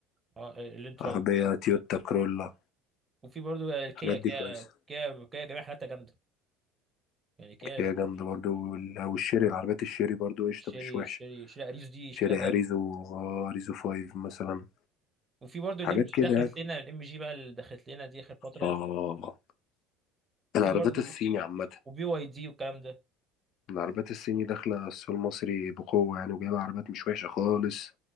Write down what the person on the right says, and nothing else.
اه الانترا
وفي
وفي برضه كيا
كيا
كيا كيا جميع حالاتها جامده يعني كيا
شيري
شيري شيري اريوس دي
شكلها جامد
وفي برضو
الام جي
دخلت
لنا الام جي بقى اللي دخلت لنا دي اخر فتره
وفي
برضو
وبي واي دي والكلام ده